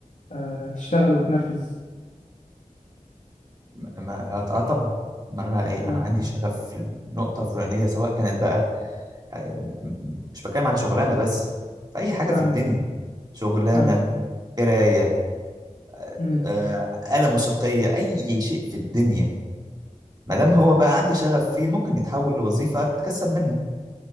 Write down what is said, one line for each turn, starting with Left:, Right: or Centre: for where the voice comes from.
Left: آه تشتغل وتنفذ
Right: ما اه آه، طبعا ما انا ايه
Left: اه
Right: انا عندي شغف في النقطه الفلانيه سواء كانت بقى آه، م- م- مش بتكلم على شغلانه بس في اي حاجه
Left: فاهمك
Right: في الدنيا شغلانه
Left: فاهمك
Right: قرايه آه،
Left: امم
Right: آه، آلة موسيقيه اي شيء في الدنيا ما دام هو بقى عندي شغف فيه ممكن يتحول لوظيفه اتكسب منها